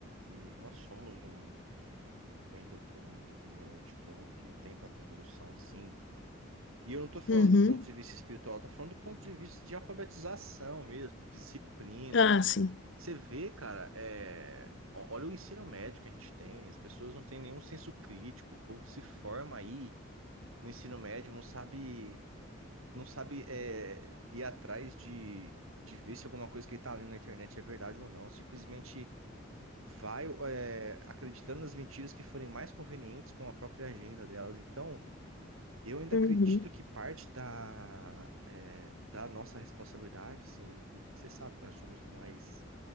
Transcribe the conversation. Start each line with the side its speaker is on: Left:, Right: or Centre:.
Right: E nós somos um ainda um povo muito ignorante, um povo que não tem tanta evolução assim. E eu não estou falando
Left: Uhum.
Right: do ponto de vista espiritual, eu tô falando do ponto de vista de alfabetização mesmo, de disciplina.
Left: Ah, sim.
Right: Você vê, cara, é... o- olha o ensino médio que a gente tem, as pessoas não têm nenhum senso crítico, o povo se forma aí no ensino médio, não sabe. não sabe é, ir atrás de, de ver se alguma coisa que ele tá lendo na internet é verdade ou não. Simplesmente vai é, acreditando nas mentiras que forem mais convenientes com a própria agenda delas. Então, eu ainda
Left: Uhum.
Right: acredito que parte da, é, da nossa responsabilidade, sim, que você sabe que nós somos mais